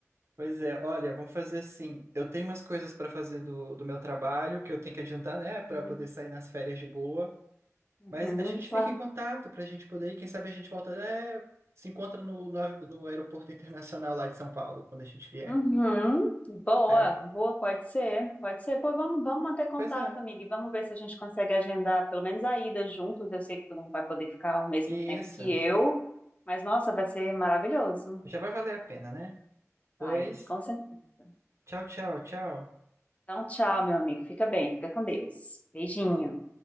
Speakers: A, on the right (about 55°); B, on the left (about 25°).
A: Pois é, olha, vamos fazer assim. Eu tenho umas coisas pra fazer do, do meu trabalho que eu tenho que adiantar, né, Pra
B: Uhum.
A: poder sair nas férias de boa.
B: Uhum,
A: Mas a gente
B: claro.
A: fica em contato pra gente poder ir, quem sabe a gente volta, né, se encontra no, no, av- no aeroporto internacional lá de São Paulo, quando a gente vier.
B: Uhum. Boa,
A: É,
B: boa, pode ser, pode ser. Pô, vamos, vamos manter contato,
A: Pois é,
B: amiga, e vamos ver se a gente consegue agendar pelo menos a ida juntos. Eu sei que tu não vai poder ficar ao mesmo
A: isso.
B: tempo que eu, mas nossa, vai ser maravilhoso.
A: Já vai valer a pena, né? Pois,
B: Vai, com certeza.
A: tchau, tchau, tchau.
B: Então, tchau, meu amigo. Fica bem, fica com Deus. Beijinho.